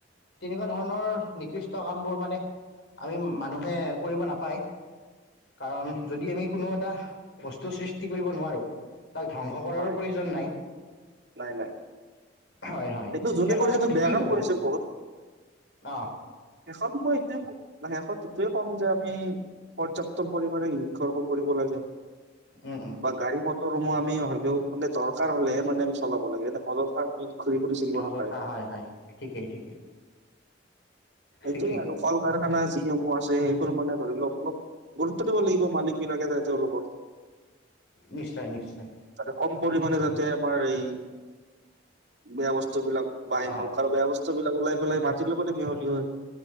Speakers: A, on the left; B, on the right.
A: তেনেকুৱা ধৰণৰ নিকৃস কামবোৰ মানে আমি মানুহে কৰিব নাপায়। কাৰণ যদি আমি কোনো এটা বস্তুৰ সৃষ্টি কৰিব নোৱাৰোঁ তাক ধ্বংস কৰাৰো
B: হয়
A: প্ৰয়োজন নাই।
B: নাই নাই
A: হয় হয়
B: এইটো যোনে
A: শেষত
B: কৰিছে
A: আপুনি
B: এইটো বেয়া
A: কি
B: কাম
A: কব
B: কৰিছে বহুত
A: আহ?
B: শেষত মই এইটোয়ে ক শেষত এইটোৱেই ক'ম যে আমি পৰ্যাপ্ত পৰিমাণে বৃক্ষ ৰোপণ কৰিব লাগে।
A: উম উম
B: বা গাড়ী ম মটৰ সমূহ আমি হয়তো মানে দৰকাৰ হলেহে মানে আমি চলাব লাগে অযথা আমি ঘূৰি ফুৰি থাকিব
A: অযথা
B: নালাগে
A: হয় হয় ঠিকেই ঠিকেই।
B: সেইটোৱে
A: ঠিকেই
B: আৰু কল কাৰ খানা যিসমূহ আছে সেইবোৰ মানে ধৰি লওক অলপ গুৰুত্ব দিব লাগিব মালিক বিলাকে ধৰা তেওঁলোকৰ <unintelligible>
A: নিশ্চয় নিশ্চয়।
B: তাতে কম পৰিমাণে যাতে আমাৰ এই বেয়া বস্তু বিলাক বাহিৰ
A: অঁ
B: ন কাৰো বেয়া বস্তুবিলাক ওলাই পেলাই মাটিৰ লগতে মিহলি হয়।